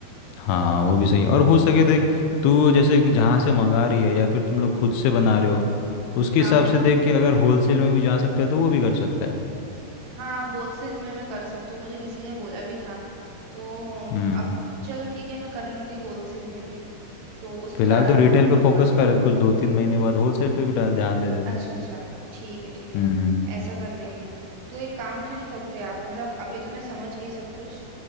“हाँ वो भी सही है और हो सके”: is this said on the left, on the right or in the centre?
Left